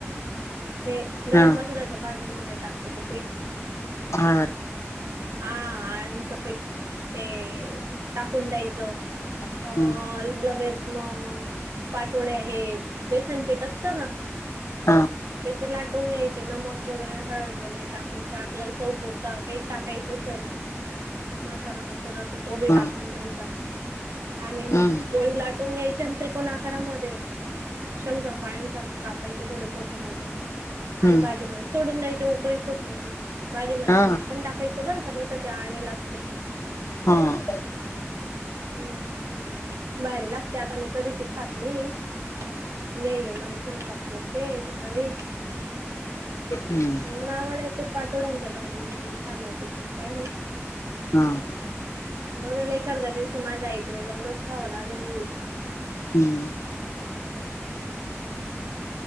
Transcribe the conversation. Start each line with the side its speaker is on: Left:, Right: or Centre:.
Right: ते गरम
Left: हा
Right: मसाल्याच्या भाजींमध्ये टाकतं ते पीठ.
Left: हा
Right: हा आळंदचं पीठ ते टाकून द्यायचं. अ
Left: हम्म हम्म
Right: लगेच मग पाटोडे आहे बेसनपीठ असतं ना.
Left: हा
Right: त्याचे लाटून घ्यायचे नमक वगैरे हळद वगैरे टाकून का आपल्याला चौपर. काही टाकायचं असेल मसाला मसाला तर तो बी
Left: हा
Right: टाकून द्यायचा. आणि मग
Left: हम्म
Right: पोळी लाटून घ्यायच्या आणि त्रिकोण आकारामध्ये. शंकर पाळंसारखे कापायचे थोडे मोठे मोठे. आणि
Left: हम्म
Right: भाजीमध्ये सोडून द्यायच्या उकळी फुटली ती बाजी मध्ये
Left: हा
Right: ना मग. पण टाकायचं बरं का नाही तर ते आणणे लागते.
Left: हा
Right: हम्म बाहेारी लागते आता मी कधीची खात नाहीे. नाही ग मला स्वयंपाक करते सकाळी.
Left: हम्म
Right: पण आवड आहे ते पाठोड्यांच्या भाजीची खाण्याची पण काही नाही.
Left: हा.
Right: बघाल ए अर्ध्या दिवशी माझ्या आईकडे जाऊनच खावं लागेल.
Left: हम्म
Right: हम्म